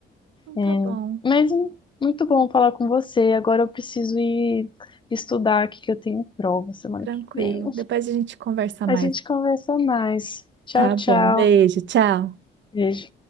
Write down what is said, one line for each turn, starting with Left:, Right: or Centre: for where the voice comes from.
Right: Então
Left: É,
Right: tá bom,
Left: mas hum, muito bom falar com você. Agora eu preciso ir estudar aqui que eu tenho prova semana
Right: tranquilo.
Left: que vem.
Right: Depois a gente conversa mais.
Left: A gente conversa mais. Tchau,
Right: Tá
Left: tchau.
Right: bom, beijo, tchau.
Left: Beijo.